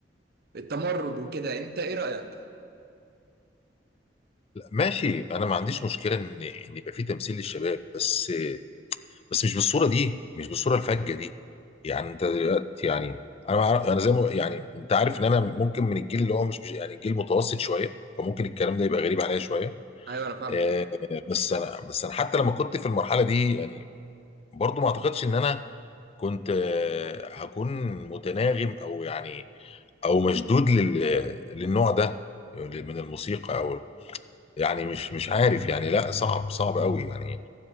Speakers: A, on the right; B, on the left.
A: التمرد وكده أنت إيه رأيك؟
B: لا ماشي انا ما عنديش مشكله ان ان يبقى في تمثيل للشباب بس بس مش بالصوره دي مش بالصوره الفجه دي يعني انت دلوقتي يعني انا مع- انا زي ما يعني انت عارف ان انا ممكن من الجيل اللي هو مش مش- يعني جيل متوسط شويه فممكن الكلام ده يبقى غريب عليا شويه
A: أيوه أنا فاهمك
B: آه، بس انا بس انا حتى لما كنت في المرحله دي يعني برضو ما اعتقدش ان انا كنت آه، هكون متناغم او يعني او مشدود لل- للنوع ده من الموسيقى او يعني مش مش عارف يعني لا صعب صعب قوي يعني